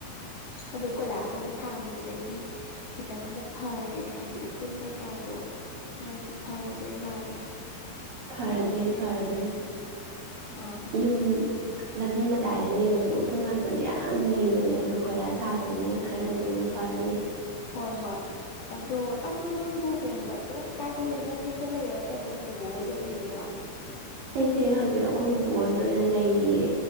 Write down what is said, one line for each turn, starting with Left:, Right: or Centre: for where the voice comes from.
Left: ꯑꯗꯣ ꯀꯣꯏꯂꯥꯁ ꯑꯃꯨꯛ ꯊꯥꯒꯤꯈꯤꯕꯗꯩꯗꯤ ꯈꯤꯇꯪ ꯑꯃꯨꯛ ꯐꯔꯦ ꯍꯥꯏꯗꯤ ꯎꯐꯨꯟ ꯀꯩꯀꯥꯗꯣ ꯈꯔꯗꯤ ꯐꯔꯗꯣꯏ ꯃꯥꯜꯂꯦ
Right: ꯐꯔꯗꯣꯏꯅꯦ
Left: ꯇꯧꯔꯤꯁꯦ
Right: ꯐꯔꯗꯣꯏꯅꯦ
Left: ꯑꯥ
Right: ꯌꯨꯝ ꯂꯝꯕꯤ ꯃꯇꯥꯏꯗ ꯂꯩꯕꯁꯦ ꯎꯐꯨꯜ ꯋꯥꯏꯐꯨꯜꯗ ꯌꯥꯝ ꯂꯩꯕꯅꯦ ꯑꯗꯣ ꯀꯣꯏꯂꯥꯁ ꯁꯥꯈ꯭ꯔꯅꯤꯅ ꯈꯔꯗꯤ ꯑꯃꯨꯛ ꯐꯔꯅꯤ
Left: ꯍꯣꯏ ꯍꯣꯏ ꯑꯗꯣ ꯑꯗꯣ ꯅꯪꯕꯨ ꯀꯩꯅꯣꯗ ꯈꯤꯇꯪ ꯀꯥꯏꯗ ꯂꯩ ꯅꯪ ꯌꯨꯝꯗ ꯂꯩꯔꯣ ꯅꯠꯇ꯭ꯔꯥ ꯅꯣꯏꯕꯨꯕ ꯍꯣꯏꯗ ꯂꯩꯔꯤꯔꯥ
Right: ꯑꯩꯁꯦ ꯍꯧꯖꯤꯛ ꯑꯩꯈꯣꯏ ꯕꯨꯕ ꯍꯣꯏꯗ ꯑꯣꯏꯅ ꯂꯩꯔꯤꯌꯦ